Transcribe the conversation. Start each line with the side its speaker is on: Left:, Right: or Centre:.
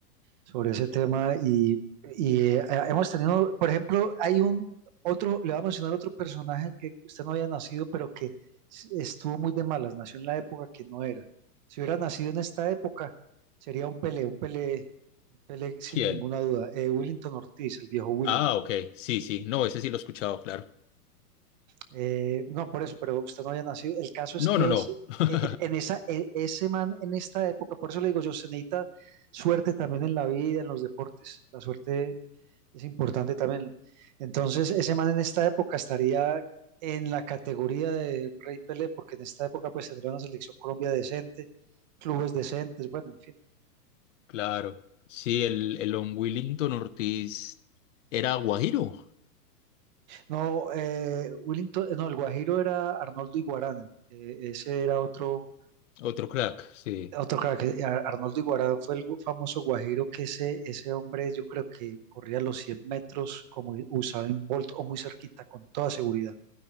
Right: sobre ese tema y, y, eh, hemos tenido, por ejemplo, hay un otro, le voy a mencionar otro personaje que usted no había nacido, pero que s- estuvo muy de malas, nació en la época que no era. Si hubiera nacido en esta época, sería un Pelé, un Pelé, un Pelé sin
Left: ¿Quién?
Right: ninguna duda. Eh, Willington Ortiz, el viejo Willy.
Left: Ah, ok. Sí, sí. No, ese sí lo he escuchado, claro.
Right: Eh, no, por eso, pero usted no había nacido. El caso es
Left: No,
Right: que
Left: no, no.
Right: ese,
Left: <laughs>
Right: eh, en esa, eh, ese man en esta época, por eso le digo yo, se necesita suerte también en la vida, en los deportes. La suerte es importante también. Entonces, ese man en esta época estaría en la categoría de Rey Pelé, porque en esta época pues tendría una selección Colombia decente, clubes decentes, bueno, en fin.
Left: Claro. Sí, el, el Don Willington Ortiz era guajiro.
Right: No, eh, Willington- no, el Guajiro era Arnoldo Iguarán, eh, ese era otro
Left: Otro crack, sí.
Right: Otro crack, eh, Ar- Arnoldo Iguarán fue el gu- famoso guajiro que ese, ese hombre yo creo que corría los 100 metros como i- Usain Bolt o muy cerquita, con toda seguridad.